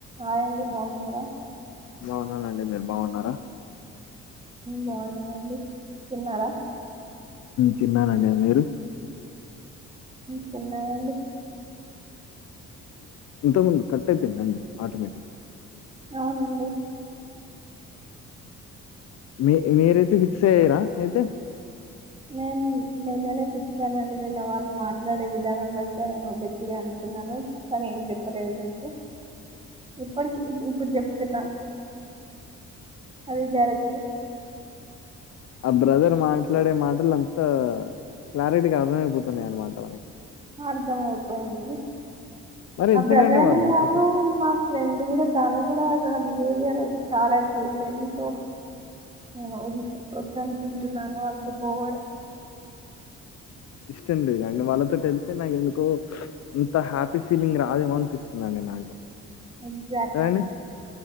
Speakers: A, on the right (about 20°); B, on the left (about 60°).
A: రాయండి బాగున్నారా
B: బాగున్నానండి మీరు బాగున్నారా
A: బాగున్నా అండి తిన్నారా
B: తిన్నానండి మీరు
A: తిన్నమడి
B: ఇంతకుముందు కట్ అయిపోయిందండి ఆటోమేటిక్గా
A: అవునండి
B: మీ మీరైతే ఫిక్స్ అయ్యరా అయితే
A: నేను నిన్ననే చచ్చానండి నిన్న వాళ్ళు మాట్లాడే విధానం బట్టే నేను ఒక గటిగా అంటున్నాను కానీ ఏం చెప్పలేదు మీకు ఇప్పటికి ఇప్పుడు చెప్తున్నా అది జరగదు
B: ఆ బ్రదర్ మాట్లాడే మాటలు అంత క్లారిటీకి అర్థమైపోతున్నాయి అనమాట మనకి
A: అర్థమ అపోయాడి
B: మరి
A: ఆ
B: ఎందుకండి
A: బ్రదర్ అనే
B: వాళ్ళు
A: కాదు
B: మనకి
A: మా ఫ్రెండ్ కూడా తను కూడా తన బిహేవియర్ అది సారా చేజది సో మ ద్దను కుంచలాలను వాళ్ళతో పోవడం
B: ఇష్టం లేదు కాండి వాళ్ళతో వెళ్తే నాకు ఎందుకో ఇంత హ్యాపీ ఫీలింగ్ రాదేమో అనిపిస్తుందిండి నాకు
A: ఎగ్సాక్ట్లీ
B: కదండి